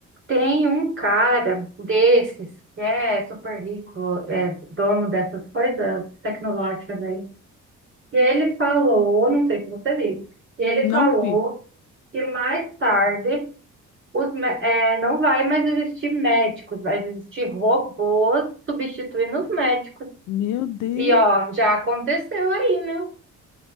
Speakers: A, on the right (about 40°); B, on the left (about 80°).
A: Tem um cara desses que é super rico, é dono dessas coisas tecnológicas aí. E ele falou, não sei se você viu, e ele
B: não
A: falou
B: vi.
A: que mais tarde os, mé- é, não vai mais existir médicos, vai existir robôs substituindo os médicos.
B: Meu Deus.
A: E ó, já aconteceu aí, né?